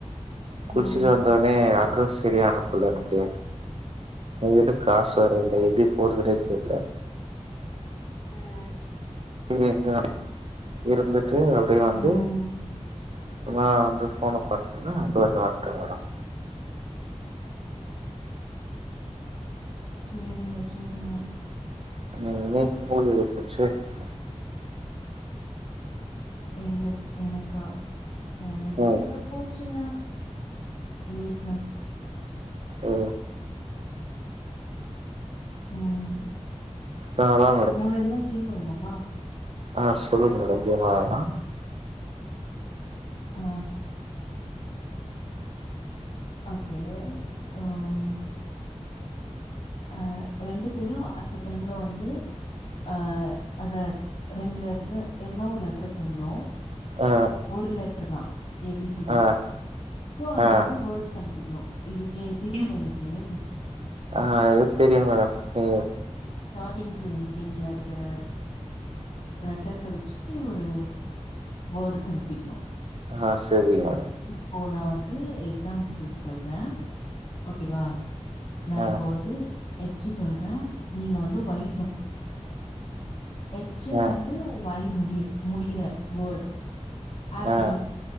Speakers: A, on the right; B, on the left.
A: குளிச்சிட்டு
B: ம்
A: வந்தோனே அட்ரஸ் சரியா அனுப்புல எனக்கு என்கிட்ட காசு வேர இல்ல எப்டி போறதுனே தெர்ல
B: அ அ
A: எங்க இருந்துட்டு அப்டியே வந்து
B: ம்
A: இப்பதா வந்து ஃபோன பாத்தீங்ன்னா <unintelligible>
B: சேரிங்க சேரிங்க
A: <unintelligible>
B: எங்ளுக் எனக்கா எனக்கு
A: ம்
B: எதோ போச்சுங்க வீட்ல
A: ஒ
B: ம்
A: நா அதா
B: நாம எதுனா கேம் வெள்ளாலாமா
A: ஆ சொல்லுங்க மேடம் கேம் வெள்ளாலா
B: ஆ ஓகே அம் அ ரெண்டு பேரு அட்த்த டைம்ல வந்து அ அத ரெண்டு லெட்ர எதனா ஒரு லெட்ர சொல்ணு
A: ஆ
B: ஒரு லெட்ரு தா ஏ பி சி டி
A: ஆ
B: ல சோ அதுலேர்ந்து
A: ஆ
B: வேர்ட்ஸ் கண்டு பிடிக்னு இது கே தெரியுல்ல இந்த கேம்
A: ஆ அது தெரியுங்க ஏ
B: ஸ்டாடிங் டூ என்ண்டிங்ல இருக்குற லட்டர்ஸ வச்சு ஒரு வோட் கண்டுபிடிக்ணு
A: ஆ செரிங்க
B: போ நா வந்து எக்ஸாம்ப்புகுளுக் சொல்ற ஓகேவா நா
A: ஆ
B: இப்போ வந்து எச்சி சொல்ற நீங்க வந்து ஒய் எச்சிலேந்து
A: ஆ
B: வை முடிரு முடிய்ற வோட் ஆப்பி
A: ஆ